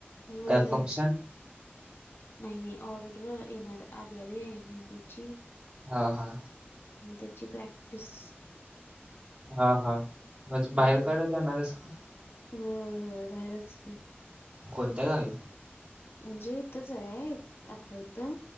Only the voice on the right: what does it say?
काय फंक्शन?
हा.. हा.
हा.. हा, मच
बाहेर काढायला जाणार आहेस का?
कोणत्या गावी?